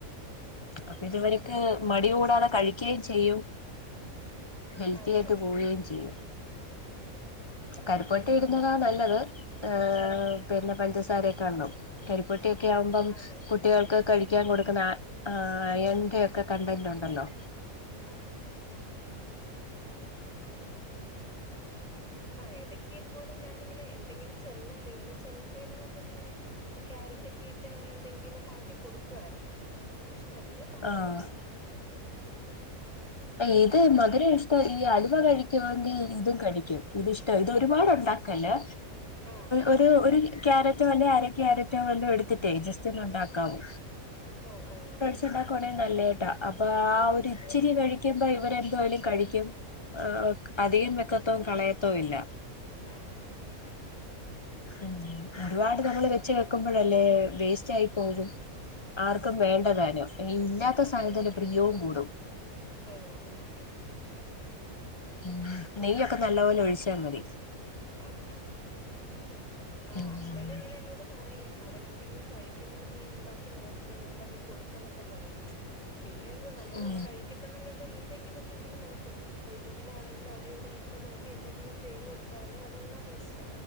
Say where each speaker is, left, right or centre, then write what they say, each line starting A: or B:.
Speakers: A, on the left; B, on the left.
A: അപ്പ ഇത് ഇവര്ക്ക് മടി കൂടാതെ കഴിക്കേചെയ്യും ഹെൽത്തി
B: അതെ
A: ആയിട്ട്
B: അതെ
A: പോവേം
B: ഉം
A: ചെയ്യും
B: ഉം
A: കരിപ്പെട്ടി ഇടുന്നതാണ് നല്ലത് ഏ പിന്നെ പഞ്ചസാരയെക്കാണും കരിപ്പെട്ടിയൊക്കെ
B: ആഹാ
A: ആവുമ്പം
B: അതെ അതെ
A: കുട്ടികൾക്ക്
B: ഉം
A: കഴി ക്ക്യാൻ കൊടുക്കുന്ന അയൺന്റെ ഒക്കെ കണ്ടന്റ് ഉണ്ടല്ലോ
B: അതെ ആഹാ ഹാ മ്മ് ആഹാ ഇടയ്ക്ക് ഇതുപോലെ ഞാനിങ്ങനെ എന്തെങ്കിലും ചെല്ലണ്ട ഉള്ളി ചെ ചെല്ലണ്ടേന്ന് കണ്ടിങ്ങനെ ക്യാരറ്റെക്കെ ഇ ട്ട് ഞാന് എന്തെങ്കിലും ആക്കി കൊടുക്കു ആയിരുന്നു പക്ഷെ വല്ല്യ
A: ആഹ്
B: ഉം
A: ഈത് മധുരം ഇഷ് ട്ടല്ല്യ അലുവ കഴിക്കുവൊങ്കിൽ ഇതും കഴിക്കും ഇത്ഷ്ടാ ഇത്
B: ഉം
A: ഒരുപാട് ഉണ്ടാക്കല്
B: ആഹാ
A: ഒരു ഒരു ക്യാര റ്റൊ അല്ല അര ക്യാരറ്റോ വല്ലോ എടുത്തിട്ടേ ജസ്റ്റ് ഒന്ന് ഉണ്ടാക്കാവു
B: ഓഹ് ഓഹ്
A: ഇപ്പ ഉണ്ടാക്കുവാണെൽ നല്ലഹ്ട്ടാ അപ്പൊ ആഹ
B: ടേസ്റ്റ്
A: ഒരു ഇച്ചിരി
B: ആ
A: കഴിക്കുമ്പോ ഇവരെ എന്തുവായാലും കഴിക്കും ആഹാ
B: ഉം
A: അധികം വെക്കത്തും കളയത്തും ഇല്ല
B: ആഹ്ഹാ
A: ഉം ഒര്പാട് നമ്മള് വെച്ച് വെ വെക്കുമ്പഴല്ലേ വേസ്റ്റായി പോരു ആർക്കും വേണ്ടതാനു ഇ ഇല്ലാത്ത
B: അതെ
A: സമയത്
B: അതെ
A: അയില് പ്രിയോം കൂടും
B: ഓ ഹ് ഹ്
A: ഉം നെയ്യൊക്ക നല്ലപോലെ ഒഴിച്ചാ മതി
B: ആ ഹം ആ
A: ഉം
B: ബെല്ല ഇങ്ങനെ എന്നോട് പറയും അവന് എന്തെങ്കിലും കഴിക്കുന്നത് നീ ഉണ്ടാക്കി നോക്ക് ഉണ്ടാക്കി കൊടുക്കന്നൊക്കെ പറയും പിന്നെ എന്തോ നമ്മള്
A: ഉം
B: കഴികി പെട്ടെന്ന്ങണ്ട് എന്തെങ്കിലോക്കെ ഇങ്ങനെ നോക്കും യൂട്യൂബിലാണെങ്കിലും അവ്ടേം ഇവിടോക്കെ നോക്കി എന്തെങ്കിലും ചെയ്ത് കൊടു ത്താലും അതെല്ലാം വേസ്റ്റ